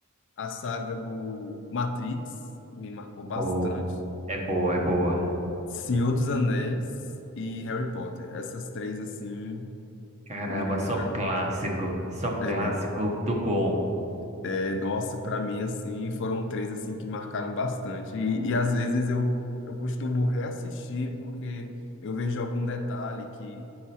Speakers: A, on the left; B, on the right.
A: A saga do Matrix me marcou bastante.
B: Boa. É boa, é boa.
A: Senhor dos Anéis e Harry Potter. Essas três, assim,
B: Caramba,
A: me marcaram.
B: só clássico, só clássico
A: É,
B: do bom.
A: é, nossa, para mim, assim, foram três, assim, que marcaram bastante. E, e às vezes eu, eu costumo reassistir porque eu vejo algum detalhe que